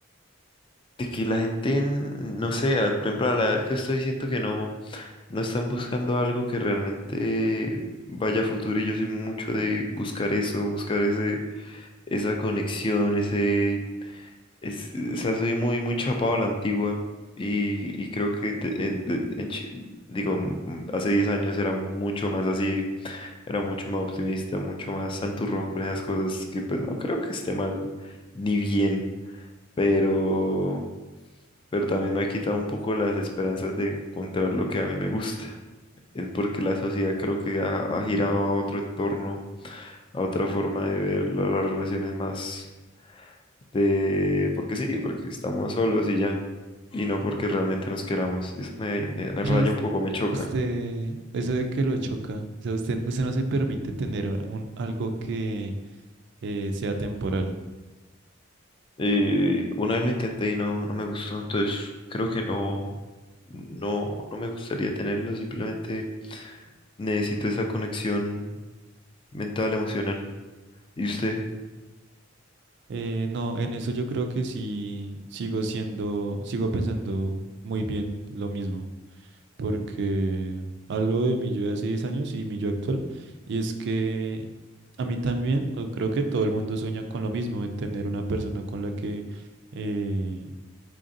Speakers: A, on the left (about 25°); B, on the right (about 60°).
A: de que la gente, n- no sé, a- por ejemplo, a la edad que estoy, siento que no, no están buscando algo que realmente vaya a futuro y yo soy mucho de buscar eso, buscar ese, esa conexión, ese, es, o sea, soy muy, muy chapado a la antigua y, y creo que de- en- de- en chi- digo, m- hace 10 años era mucho más así era mucho más optimista, mucho más santurrón con esas cosas, que pues no creo que esté mal ni bien, pero, pero también me ha quitado un poco las esperanzas de encontrar lo que a mí me gusta. Es porque la sociedad creo que ha, ha girado a otro entorno, a otra forma de ver la- las relaciones más de, porque sí, porque estamos solos y ya, y no porque realmente nos queramos. Y eso me, me me
B: O
A: raya
B: sea, us-
A: un poco, me choca.
B: usted, eso de que lo choca, o sea, usted, usted no se permite tener un, algo que eh, sea temporal.
A: Eh, una vez lo intenté y no, no me gustó, entonces creo que no, no, no me gustaría tenerlo, simplemente necesito esa conexión mental, emocional. ¿Y usted?
B: Eh, no, en eso yo creo que sí sigo siendo, sigo pensando muy bien lo mismo. porque hablo de mi yo de hace 10 años y mi yo actual, y es que a mí también, o creo que todo el mundo sueña con lo mismo, de tener una persona con la que eh,